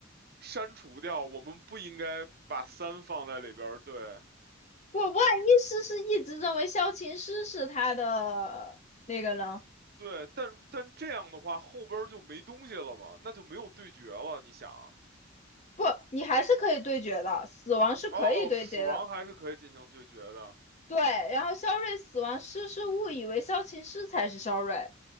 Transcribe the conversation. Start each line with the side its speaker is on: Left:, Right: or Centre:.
Right: 删除掉，我们不应该把三放在里边儿对
Left: 不，万一诗诗一直认为萧琴诗是他的那个人，
Right: 对，但但这样的话后边儿就没东西了嘛，那就没有对决了，你想啊，
Left: 不，你还是可以对决的，死亡是可以对决的，
Right: 哦，死亡还是可以进行对决的，
Left: 对。然后肖瑞死亡，诗诗误以为萧琴诗才是肖瑞。